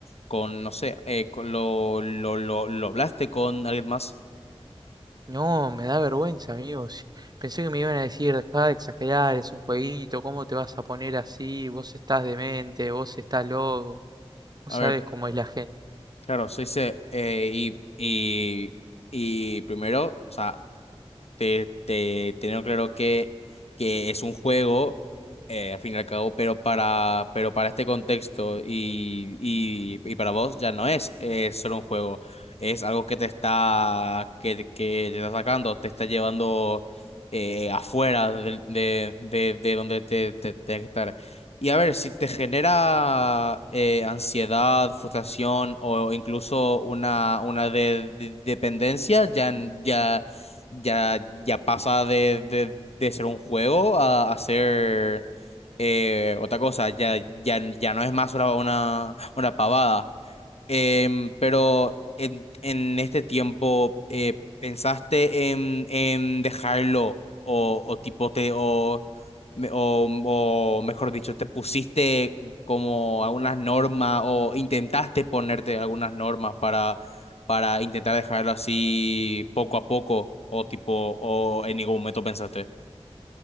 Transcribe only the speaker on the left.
con, no sé, eh, con- lo, lo, lo, lo hablaste con alguien más.
A
ver,
claro, se dice, eh, y, y, y primero, o sea, te, te, teniendo claro que, que es un juego, eh, al fin y al cabo, pero para, pero para este contexto y, y, y para vos ya no es, eh, solo un juego, es algo que te está, que, que te está sacando, te está llevando eh, afuera de, de, de, de donde te, te, tienes que estar. Y a ver, si te genera eh, ansiedad, frustración o incluso una, una de, de- dependencia, ya, ya, ya, ya pasa de, de, de ser un juego a, a ser eh, otra cosa. Ya, ya, ya no es más una, una, una pavada. Em, pero en, en este tiempo, eh, ¿pensaste en, en dejarlo o, o tipo te o, me- o, o mejor dicho, te pusiste como algunas normas o intentaste ponerte algunas normas para, para intentar dejarlo así poco a poco o tipo o en ningún momento pensaste?